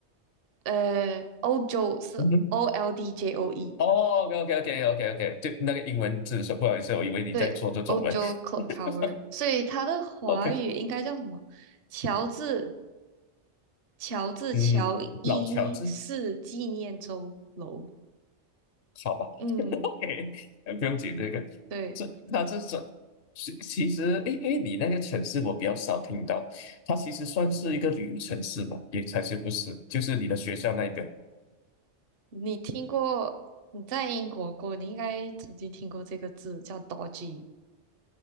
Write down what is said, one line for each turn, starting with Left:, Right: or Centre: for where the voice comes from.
Right: 呃，欧洲是
Left: 嗯哼。
Right: O L D J O E，
Left: 哦，OK，OK，OK，OK，OK，对，那个英文字说不好意思，我以为你在说这中文。
Right: 对，欧洲 Clock
Left: <laughs>
Right: Tower，所以它的华语应该叫什么？
Left: OK，
Right: 乔治乔治乔伊市纪念周楼。
Left: 嗯，老乔治，好吧
Right: 嗯，
Left: <laughs>，OK，哎不用紧这个，
Right: 对，
Left: 这他这种其其实，诶，因为你那个城市我比较少听到，它其实算是一个旅游城市嘛，也才是不是，就是你的学校那一个
Right: 你听过？你在英国过，你应该曾经听过这个字叫 Dodgy。